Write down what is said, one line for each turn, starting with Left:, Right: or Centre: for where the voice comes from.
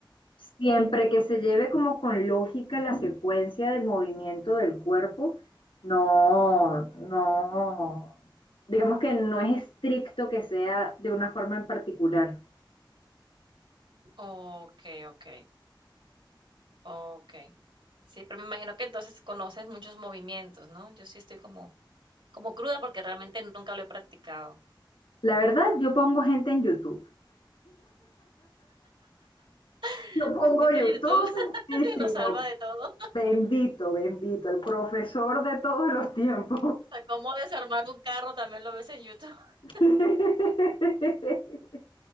Left: Siempre que se lleve como con lógica la secuencia del movimiento del cuerpo, no, no, digamos que no es estricto que sea de una forma en particular.
Right: ok, ok. Okey. Sí, pero me imagino que entonces conoces muchos movimientos, ¿no? Yo sí estoy como como cruda porque realmente nunca lo he practicado.
Left: La verdad, yo pongo gente en YouTube.
Right: <laughs>
Left: Yo pongo
Right: Bendito
Left: YouTube
Right: YouTube, <laughs>
Left: y si
Right: nos salva
Left: no,
Right: de todo.
Left: bendito, bendito, el profesor de todos los tiempos.
Right: Hasta cómo desarmar un carro también lo ves en YouTube. <laughs>
Left: <laughs>